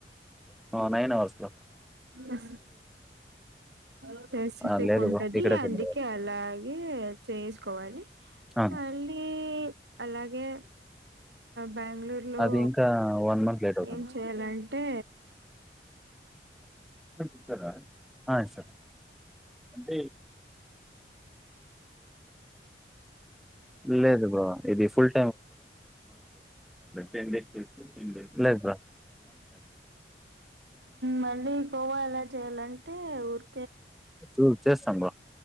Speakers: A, in the centre; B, on the right.
A: నాయిన్ అవర్స లో
B: అ స్పెసిఫిక్
A: ఆ లేదు
B: ఉంటది
A: బ్రో ఇక్కడే
B: అందుకే
A: తిన్న బ్రో
B: అలాగే చేసుకోవాలి
A: ఆ
B: మళ్ళీ అలాగే బెంగళూరులో
A: అది ఇంకా వన్ మంత్ లేట్ అవుతుంది
B: ఏం చేయాలంటే
A: ఇస్తారా ఆ ఇస్తారు అంటే లేదు బా ఇది ఫుల్ టెన్ డేస్ తీసుకొని టెన్ డేస్ లేదు బా
B: మళ్ళీ కొవ్వా ఎలా చేయాలంటే ఊరు
A: చూ చేస్తాం బా